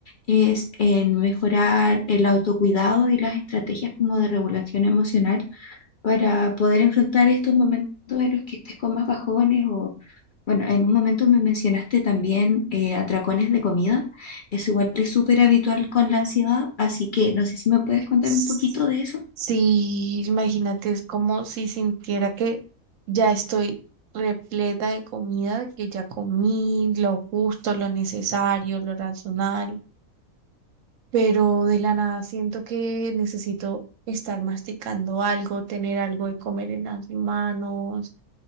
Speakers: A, on the left (about 60°); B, on the right (about 70°).
A: es en mejorar el autocuidado y las estrategias como de regulación emocional para poder enfrentar estos momentos en los que estés con más bajones o, bueno, en un momento me mencionaste también eh, atracones de comida. Eso igual es súper habitual con la ansiedad, así que no sé si me puedes contar
B: S-
A: un poquito de eso.
B: Sí, imagínate, es como si sintiera que ya estoy repleta de comida, de que ya comí lo justo, lo necesario, lo razonable, pero de la nada siento que necesito estar masticando algo, tener algo de comer en las manos